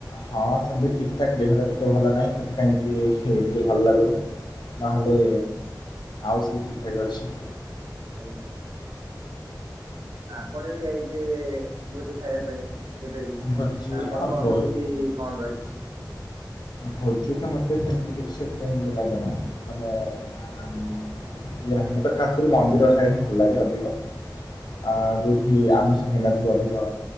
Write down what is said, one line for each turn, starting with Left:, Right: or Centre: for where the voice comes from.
Left: ହଁ ସେମିତି ଠିକ୍ ଠାକ୍ ଦେହଟା ଟିକେ ଭଲ ନାହିଁ। ସେଥିପାଇଁ କି ଟିକେ ଭଲ ଲାଗୁନି। ନହେଲେ ଆଉ ସବୁ ଠିକ୍ ଠାକ୍ ଅଛି।
Right: ଆଜ୍ଞା ଆପଣ ବି ଯାଇଥିବେ ଭୋଜି ଖାଇବା ପାଇଁ? କେବେ ବି
Left: ଭୋଜି
Right: ଆପଣଙ୍କ
Left: ହଁ ଭୋ-
Right: ଅନୁଭୂତି କଣ ରହିଛି?
Left: ଭୋଜି ତ ମତେ ସେମିତି କିଛି ସେତେ ହେମିତି ଲାଗେନା ମାନେ ଇଏ ନାହିଁ ମତେ ଖାସ କରି ମନ୍ଦିର ଖାଏ ହିଁ ଭଲ ଲାଗେ ଅଧିକ। ଆ
Right: ଆଜ୍ଞା
Left: ଯୋଉଠି ଆମିଷ ହେଇନଥିବ ଅଧିକ